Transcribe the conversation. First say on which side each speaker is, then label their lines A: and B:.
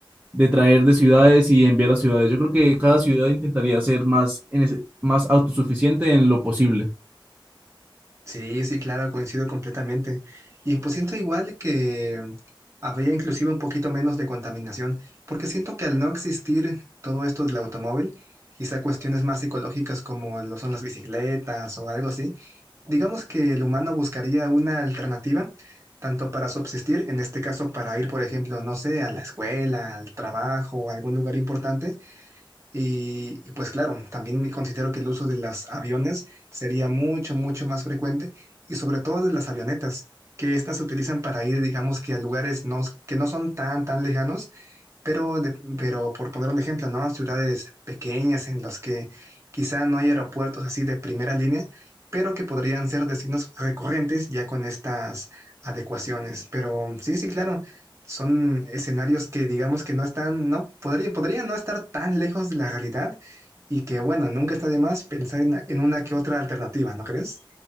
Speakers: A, on the right; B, on the right.
A: de traer de ciudades y enviar a ciudades. Yo creo que cada ciudad intentaría ser más, en ese- más autosuficiente en lo posible.
B: Sí, sí, claro, coincido completamente. Y pues siento igual que habría inclusive un poquito menos de contaminación, porque siento que al no existir todo esto del automóvil, quizá cuestiones más psicológicas como lo son las bicicletas o algo así, digamos que el humano buscaría una alternativa tanto para subsistir, en este caso para ir, por ejemplo, no sé, a la escuela, al trabajo, a algún lugar importante, y, y, pues claro, también considero que el uso de los aviones sería mucho, mucho más frecuente y sobre todo de las avionetas, que estas se utilizan para ir, digamos que a lugares no, que no son tan, tan lejanos pero, de- pero por poner un ejemplo, ¿no? Ciudades pequeñas en las que quizá no hay aeropuertos así de primera línea, pero que podrían ser destinos recurrentes ya con estas adecuaciones. Pero sí, sí, claro, son escenarios que digamos que no están, no, podría, podría no estar tan lejos de la realidad y que, bueno, nunca está de más pensar en, en una que otra alternativa, ¿no crees?